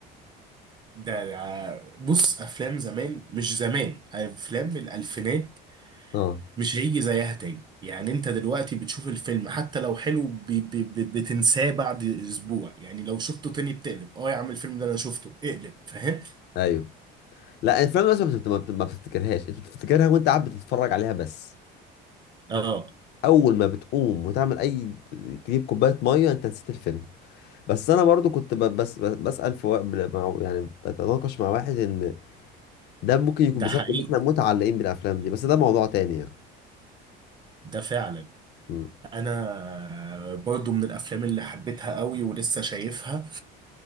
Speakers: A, on the right (about 20°); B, on the left (about 60°).
A: ده ع- بص افلام زمان مش زمان افلام الالفينات
B: اه
A: مش هيجي زيها تاني يعني انت دلوقتي بتشوف الفيلم حتى لو حلو بي بي بي بتنساه بعد اسبوع يعني لو شفته تاني بتقلب اه يا عم الفيلم ده انا شفته اقلب فاهم
B: ايوه لا الافلام بس ما بتفت- ما بت- ما بتفتكرهاش انت بتفتكرها وانت قاعد بتتفرج عليها بس
A: اه
B: اول ما بتقوم وتعمل اي تجيب كوبايه ميه انت نسيت الفيلم بس انا برضو كنت ب- بس بس- بسال في وق- بل- مع يعني بتناقش مع واحد ان ده ممكن يكون
A: ده
B: بسبب
A: حقيقي
B: ان احنا متعلقين بالافلام دي بس ده موضوع تاني يعني
A: ده فعلا
B: مم.
A: انا برضو من الافلام اللي حبيتها قوي ولسه شايفها